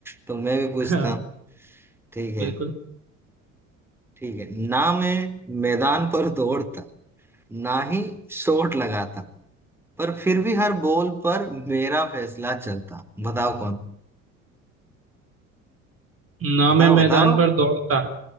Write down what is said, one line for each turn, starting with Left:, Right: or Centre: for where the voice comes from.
Centre: तो मैं भी पूछता
Right: हाँ
Centre: हूँ ठीक है
Right: बिल्कुल
Centre: ठीक है ना मैं मैदान पर दौड़ता ना ही शॉट लगाता पर फिर भी हर बॉल पर मेरा फैसला चलता बताओ कौन
Right: ना
Centre: बताओ
Right: मैं मैदान पर दौड़ता